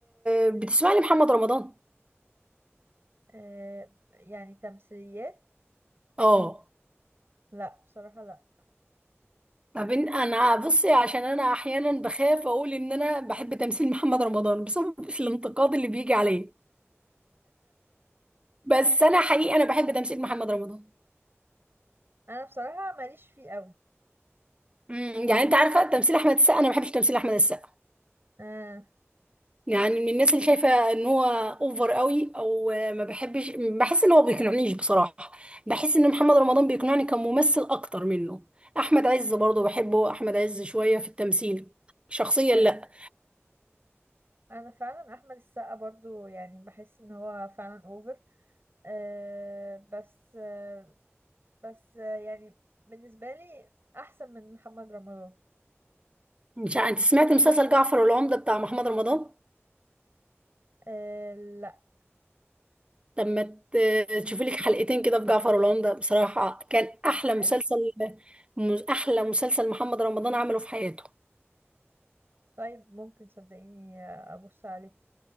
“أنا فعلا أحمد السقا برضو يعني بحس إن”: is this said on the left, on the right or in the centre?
Right